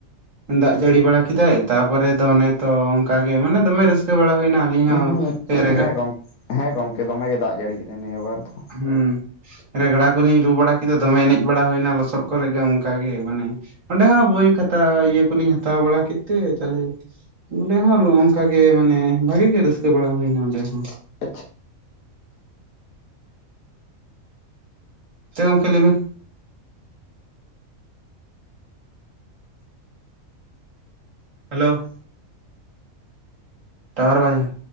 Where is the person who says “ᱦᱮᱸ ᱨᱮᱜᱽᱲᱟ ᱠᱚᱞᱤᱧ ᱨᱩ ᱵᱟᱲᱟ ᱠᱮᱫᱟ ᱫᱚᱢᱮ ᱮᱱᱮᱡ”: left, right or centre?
Right